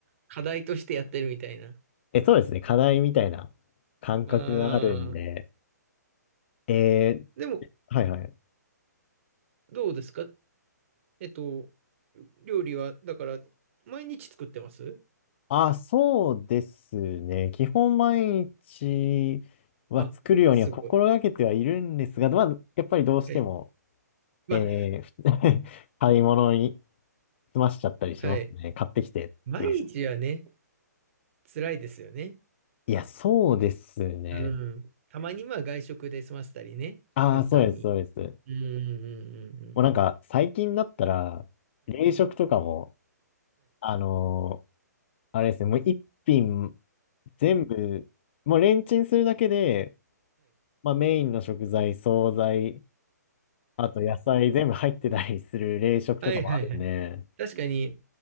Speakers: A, on the right; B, on the left.
A: 課題としてやってるみたいな。
B: え、そうですね。課題みたいな感覚があるんで。
A: ああ。
B: えー
A: でも、
B: はいはい。
A: どうですかえっと、料理は、だから、毎日作ってます
B: あ、そうですね。基本毎日は作るようには心がけてはいるんですが、
A: あ、すごい。
B: まあ、やっぱりどうしても、
A: はい。まあ
B: えーふ <laughs> 買い物に済ましちゃったりしますね。
A: はい。
B: 買ってきてっていう。
A: 毎日はね、辛いですよね。
B: いや、そうですね。
A: うん。たまにまあ外食で済ませたりね、
B: ああ、
A: 簡単に。
B: そうです、そうです。
A: うんうんうんうん
B: もうなんか、最近だったら、冷食とかも、あのーあれですね、もう一品全部、もうレンチンするだけで、まあメインの食材、惣菜、あと野菜全部入ってたりする冷食とかもあるね。
A: はいはいはい。はいああはいはいはい確かに、